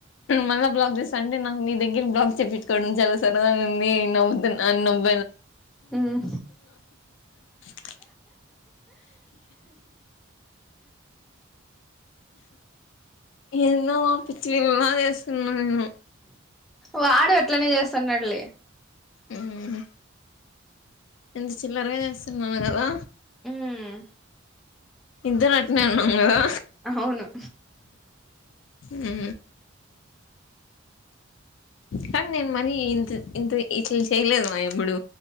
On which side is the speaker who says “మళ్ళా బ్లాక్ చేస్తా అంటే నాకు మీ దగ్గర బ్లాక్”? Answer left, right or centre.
Left